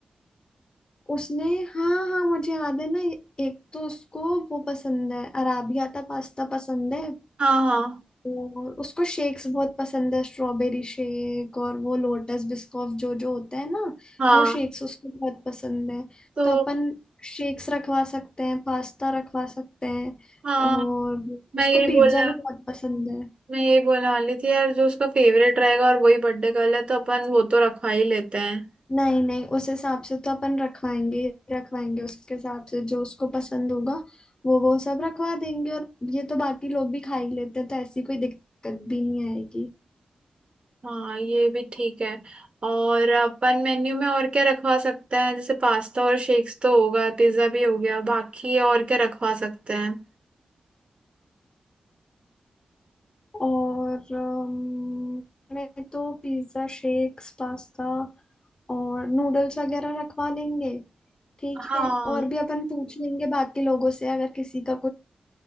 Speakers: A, on the left (about 30°); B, on the right (about 45°).
A: उसने हाँ हाँ मुझे याद है ना एक तो उसको वो पसंद है अराबियाता पास्ता पसंद है
B: हाँ हाँ
A: और उसको शेक्स बहुत पसंद है स्ट्रॉबेरी शेक और वो लोटस बिस्कॉफ जो जो होता है ना
B: हाँ
A: वो शेक्स उसको बहुत पसंद है
B: तो
A: तो अपन शेक्स रखवा सकते हैं पास्ता रखवा सकते हैं
B: हाँ
A: और
B: मैं
A: उसको
B: यही
A: पिज्जा
B: बोलने
A: भी बहुत पसंद है
B: मैं यही बोलने वाली थी यार जो उसका फेवरेट रहेगा और वही बर्थडे गर्ल है तो अपन वो तो रखवा ही लेते हैं
A: नहीं नहीं उस हिसाब से तो अपन रखवाएंगे ही रखवाएंगे उसके हिसाब से जो उसको पसंद होगा वो वो सब रखवा देंगे और ये तो बाकी लोग भी खा ही लेते हैं तो ऐसी कोई दिक्कत भी नहीं आएगी
B: हाँ ये भी ठीक है और अपन मेन्यू में और क्या रखवा सकते हैं जैसे पास्ता और शेक्स तो होगा पिज्जा भी हो गया बाकी और क्या रखवा सकते हैं
A: और अम, मैं तो पिज्ज़ा शेक्स पास्ता और नूडल्स वगैरह रखवा लेंगे ठीक
B: हाँ
A: है और भी अपन पूछ लेंगे बाकी लोगों से अगर किसी का